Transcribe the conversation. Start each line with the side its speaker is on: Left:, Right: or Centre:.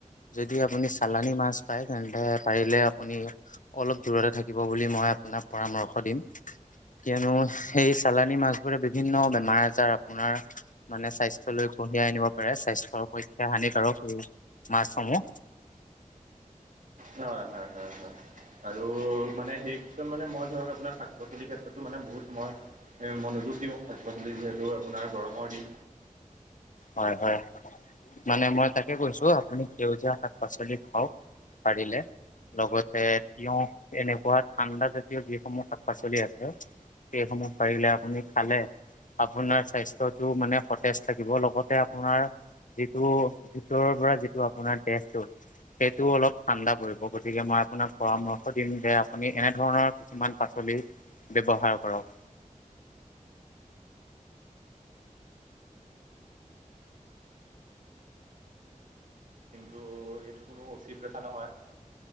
Left: যদি আপুনি চালানি মাছ পায়। তেন্তে পাৰিলে আপুনি অলপ দূৰতে থাকিব বুলি বুলি মই আপোনাক পৰামৰ্শ দিম। কিয়নো সেই চালানী মাছোবোৰে বিভিন্ন বেমাৰ আজাৰ আপোনাৰ মানে স্বাস্থ্য লৈ কঢ়িয়াই আনিব পাৰে। স্বাস্থ্য পৰীক্ষা হানিকাৰক স মাছসমূহ
Right: হয় হয় হয় হয় আৰু মানে সেই মানে মই ধৰক আপোনাৰ শাক পাচলিৰ ক্ষেত্ৰতো মানে বহুত মই মনোযোগ দিওঁ। শাক পাচলি যিহেতু আপোনাৰ গৰমৰ দিন
Left: হয় হয় মানে মই তাকে কৈছো আপুনি সেউজীয়া শাক পাচলি খাওঁক। পাৰিলে লগতে তিয়ঁহ এনেকুৱা ঠাণ্ডা জাতীয় যিসমূহ শাক-পাচলি আছে সেইসমূহ পাৰিলে আপুনি খালে আপোনাৰ স্বাস্থ্যটো মানে সতেজ থাকিব লগতে আপোনাৰ যিটো ভিতৰৰ পৰা যিটো আপোনাৰ দেহটো সেইটোও অলপ ঠাণ্ডা পৰিব গতিকে মই আপোনাক পৰামৰ্শ দিম যে আপুনি এনে ধৰণৰ কিছুমান পা পাচলি ব্যৱহাৰ কৰক
Right: কিন্তু এইটো কোনো উচিত কথা নহয়।